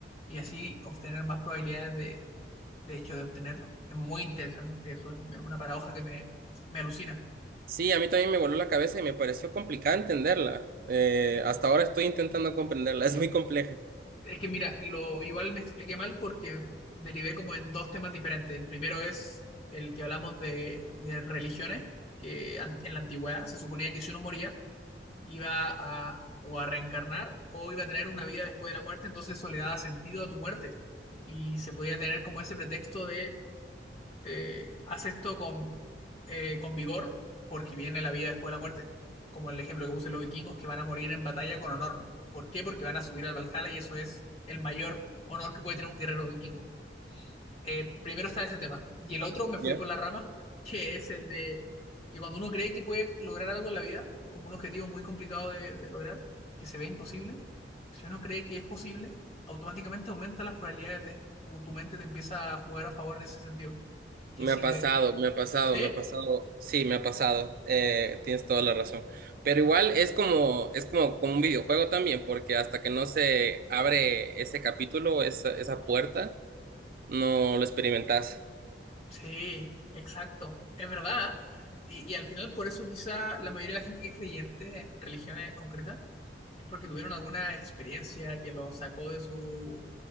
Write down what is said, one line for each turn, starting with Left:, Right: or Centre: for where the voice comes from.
Left: y así obtener más probabilidades de, de hecho de obtenerlo. Es muy interesante eso, es una paradoja que me, me alucina.
Right: Sí, a mí también me voló la cabeza y me pareció complicada entenderla. Eh, hasta ahora estoy intentando comprenderla, <laughs> es muy compleja,
Left: Es que mira, lo igual me expliqué mal porque derivé como en dos temas diferentes. El primero es el que hablamos de, de religiones, que an- en la antigüedad se suponía que si uno moría, iba a o a reencarnar o iba a tener una vida después de la muerte, entonces eso le daba sentido a tu muerte y se podía tener como ese pretexto de eh, haz esto con, eh, con vigor porque viene la vida después de la muerte, como el ejemplo que puse los vikingos que van a morir en batalla con honor. ¿Por qué? Porque van a subir al Valhalla y eso es el mayor honor que puede tener un guerrero vikingo eh, primero está ese tema. Y el otro me fui
Right: ¿ya?
Left: por la rama, que es el de que cuando uno cree que puede lograr algo en la vida, como un objetivo muy complicado de, de lograr, que se ve imposible, si uno cree que es posible, automáticamente aumenta las probabilidades de... Tu, tu mente te empieza a jugar a favor en ese sentido. Que
Right: Me
Left: si
Right: ha pasado,
Left: de...
Right: me ha pasado,
Left: ¿eh?
Right: me ha pasado, sí, me ha pasado, eh, tienes toda la razón. Pero igual es como, es como, como un videojuego también, porque hasta que no se abre ese capítulo, esa, esa puerta, no lo experimentas.
Left: Sí, exacto, es verdad. Y, y al final por eso quizá la mayoría de la gente que es creyente en religiones concretas es porque tuvieron alguna experiencia que los sacó de su,